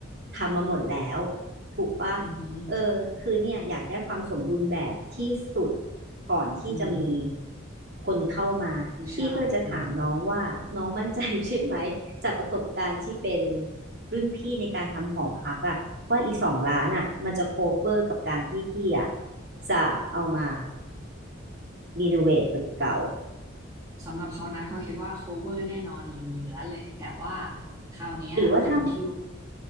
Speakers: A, on the right; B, on the right.
A: ทำมาหมดแล้ว ถูกปะ
B: อือหือ
A: เออคือเนี่ยอยากได้ความสมบูรณ์แบบที่สุดก่อนที่จะมี
B: อืม
A: คนเข้ามา
B: ผู้เช่าอืม
A: พี่ก็เลยจะถามน้องว่าน้องมั่นใจใช่ไหม จากประสบการณ์ที่เป็นรุ่นพี่ในการทำหอพักอะว่าอีสองล้านอะมันจะโคเวอร์กับการที่พี่อะจะเอามารีโนเวทตึกเก่า
B: สำหรับเขานะเขาคิดว่า cover แน่นอนเหลือๆเลยแต่ว่าคราวเนี้ยมันอยู่ที่
A: หรือว่าถ้า